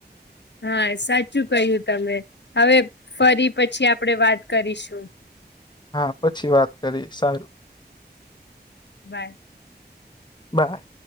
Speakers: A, on the left (about 80°); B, on the left (about 25°).
A: હા સાચું કહ્યું તમે હવે ફરી પછી આપણેે વાત કરીશું
B: હા પછી વાત કરી સારું
A: બાય.
B: બાય